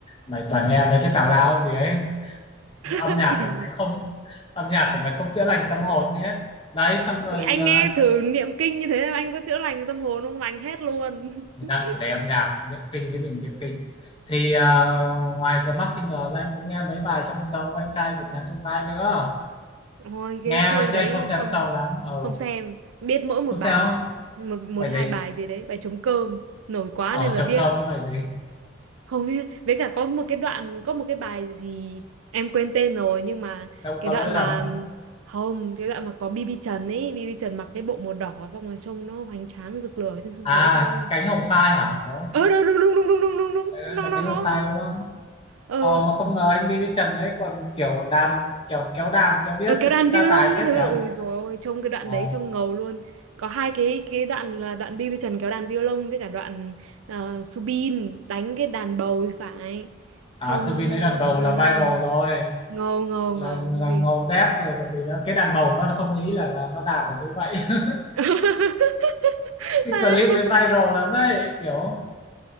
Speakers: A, on the left (about 25°); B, on the right (about 85°).
A: Mày toàn nghe mấy cái tào lao gì ấy. Âm
B: Tao
A: nhạc
B: kỳ.
A: của mày không âm nhạc của mày không chữa lành tâm hồn gì hết. Đấy xong rồi
B: anh
A: ờ,
B: nghe thử niệm kinh như thế mà anh có chữa lành tâm hồn không lành hết luôn
A: mình
B: <laughs>
A: đang chủ đề âm nhạc, niệm kinh cái gì mà niệm kinh. Thì ờ, ngoài The Masked Singer ra anh cũng nghe mấy bài trong show của anh trai vượt ngàn chông gai nữa.
B: Ôi cái
A: Nghe
B: show
A: thôi
B: đấy
A: chứ anh không xem
B: không
A: show lắm. Ừ,
B: không xem biết mỗi một
A: không
B: bài
A: sao.
B: một một
A: Bài
B: hai
A: gì?
B: bài gì đấy bài trống cơm nổi quá
A: Ở
B: nên là
A: trống
B: biết
A: cơm với bài gì?
B: hầu như với cả có một cái đoạn có một cái bài gì em quên tên rồi nhưng mà
A: Đâu
B: cái
A: có
B: đoạn
A: lỗi lầm.
B: mà không cái đoạn mà có BB Trần ấy BB Trần mặc cái bộ màu đỏ xong rồi trông nó hoành tráng rực lửa trên sân
A: à
B: khấu cơ
A: cánh hồng phai hả phải không
B: ờ đúng đúng đúng đúng đúng đúng đúng đúng
A: đấy, đấy,
B: nó
A: là
B: nó
A: cánh
B: nó
A: hồng phai
B: nó
A: đúng không
B: ờ
A: ờ mà không ngờ anh Billy Trần đấy còn kiểu đàn kiểu kéo đàn kéo điếc
B: ờ cái
A: thì
B: đoạn
A: cũng
B: violon
A: đa tài
B: cái
A: phết
B: thứ
A: nhỉ
B: ôi rồi ôi trông cái đoạn
A: ờ
B: đấy trông ngầu luôn có hai cái cái đoạn là đoạn BB Trần kéo đàn violon với cả đoạn ờ, Subin đánh cái đàn bầu thì phải
A: à
B: trông
A: Subin đấy đàn bầu
B: ờ,
A: là
B: ơi
A: viral rồi
B: ngầu ngầu
A: là
B: ngầu
A: là
B: ghê
A: ngầu đét rồi còn gì nữa cái đàn bầu nó không nghĩ là, là nó đạt được như vậy <laughs>
B: <laughs>
A: cái clip đấy viral lắm đấy kiểu